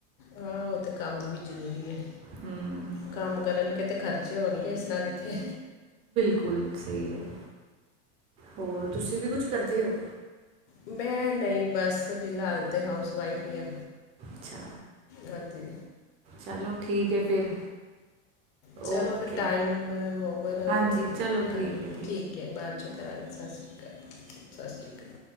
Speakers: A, on the left; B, on the right.
A: ਹਾਂ! ਉਹ ਤਾਂ ਕੰਮ ਵੀ ਜ਼ਰੂਰੀ ਹੈ।
B: ਹੂੰ
A: ਕੰਮ ਕਰਨਗੇ ਤੇ ਖਰਚੇ ਹੋਣਗੇ। ਇਸ ਤਰ੍ਹਾਂ ਕਿੱਥੇ
B: ਬਿਲਕੁਲ ਸਹੀ ਹੈ। ਹੋਰ ਤੁਸੀਂ ਵੀ ਕੁਛ ਕਰਦੇ ਹੋ!
A: ਮੈਂ ਨਹੀਂ ਬਸ ਫਿਲਹਾਲ ਤਾਂ ਹਾਊਸ ਵਾਈਫ ਹੀ ਹਾਂ।
B: ਅੱਛਾ।
A: ਹਾਂਜੀ!
B: ਚਲੋ ਠੀਕ ਹੈ ਫਿਰ!
A: ਚਲੋ
B: ਓਕੇ
A: ਫਿਰ ਟਾਈਮ ਓਵਰ
B: ਹਾਂਜੀ ਚਲੋ ਠੀਕ
A: ਹਾਂਜੀ।
B: ਹੈ
A: ਠੀਕ ਹੈ ਬਾਅਦ ਚੌ ਕਰਾਂਗੇ ਸਤਿ ਸ਼੍ਰੀ ਅਕਾਲ! ਸਤਿ ਸ਼੍ਰੀ। ਅਕਾਲ